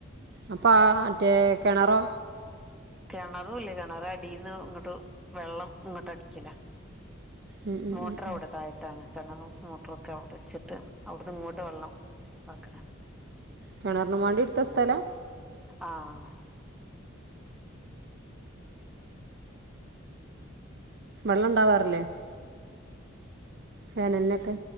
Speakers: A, on the right; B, in the centre.
A: അപ്പാ ആഹ് മറ്റേ കിണറോ
B: കിണറും ഇല്ലേ കിണറ് അടിന്ന് ഇങ്ങോട്ട് വെള്ളം ഇങ്ങോട്ട് അടിക്കല
A: ഉം ഉം
B: മോട്ടർ അവിടെ
A: ഉം
B: താഴത്താണ്. കെണറും മോട്ടറൊക്കെ അവിടെ വെച്ചിട്ട് അവിടുന്ന് ഇങ്ങോട്ട് വെള്ളം ആക്കല
A: കെണറിനും വേണ്ടി ഇടുത്ത സ്ഥലാ
B: ആഹ്
A: വെള്ളം ഉണ്ടാവാറില്ലേ ഫാൻ നോകോ